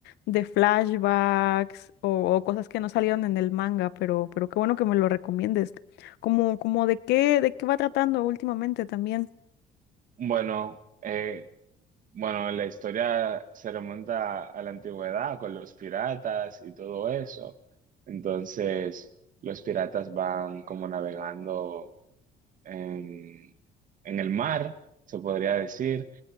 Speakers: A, on the left; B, on the right.
A: de flashbacks o, o cosas que no salieron en el manga, pero, pero qué bueno que me lo recomiendes. Como, como de qué, de qué va tratando últimamente también.
B: Bueno, eh, bueno, la historia se remonta a la antigüedad con los piratas y todo eso. Entonces, los piratas van como navegando en, en el mar, se podría decir,